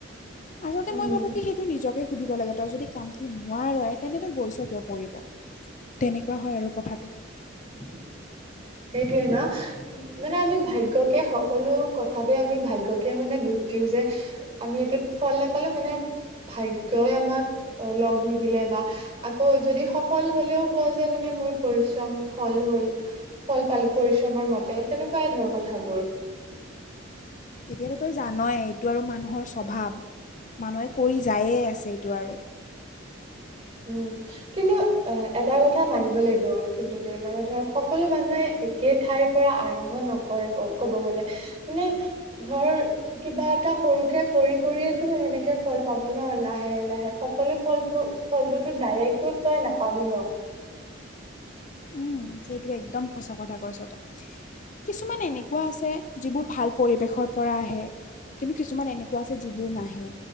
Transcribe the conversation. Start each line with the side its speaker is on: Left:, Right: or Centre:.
Left: আচলতে
Right: উম
Left: মই ভাবো কি সেইটো নিজকে সুধিব লাগে। তই যদি কামটো নোৱাৰৱে তেন্ত তই গৈছ কিয় কৰিব? তেনেকুৱা হয় আৰু কথাটো।
Right: <inaudible> সেইটোয়ে ন'মানে আমি ভাগ্যকে সকলো কথাতে আমি ভাগ্যকে মানে দুখ দিও যে আমি এইটোত ফল নাপালো মানে ভাগ্যই আমাক লগ নিদিলে বা আকৌ যদি সফল হলেও কয় যে মানে মোৰ পৰিশ্ৰম ফল হ'ল ফল পালো পৰিশ্ৰমৰ মতে তেনেকুৱাই ধৰ কথাবোৰ।
Left: এতিয়াতো তই জানয়ে এইটো আৰু মানুহৰ স্বভাৱ। মানুহে কৰি যায়ে আছে এইটো আৰু
Right: উম, কিন্তু এ -এটা কথা মানিব লাগিব কিন্তু দে মানে ধৰ সকলো মানুহে একে ঠাইৰ পৰা আৰম্ভ নকৰে ক ক'ব গলে নে ধৰ কিবা এটা সৰুকে কৰি কৰিয়েটো সেনেকে ফল পাব ন' লাহে -লাহে সকলো ফল পো ফলটোতো ডাইৰেক্টটো তই নাপাবি ন',
Left: উম, সেইটো একদম সঁচা কথা কৈছ তই কিছুমান এনেকুৱা আছে যিবোৰ ভাল পৰিৱেশৰ পৰা আহে কিন্তু, কিছুমান এনেকুৱা আছে যিবোৰ নাহে